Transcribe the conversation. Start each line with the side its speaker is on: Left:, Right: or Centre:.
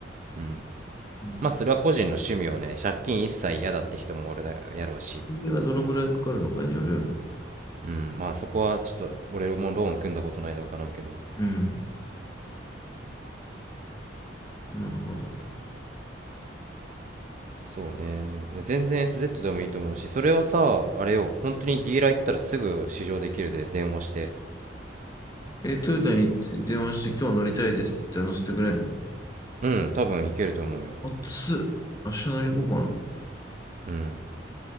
Right: うん。
Left: うん。
Right: まあ、それは個人の趣味をね、借金一切嫌だって人も俺だ、やろうし。
Left: 金利がどのぐらいかかるのかによるよね。
Right: うん。まあ、そこはちょっと、俺もローン組んだことないで分からんけど。
Left: うん。なるほど。
Right: そうね。全然 SZ でもいいと思うし、それはさ、あれよ、本当にディーラー行ったらすぐ試乗できるで、電話して。
Left: え、トヨタに電話して今日乗りたいですって言ったら乗せてくれんの
Right: うん、多分いけると思うよ。
Left: 暑っ。明日乗り行こうかな。
Right: うん、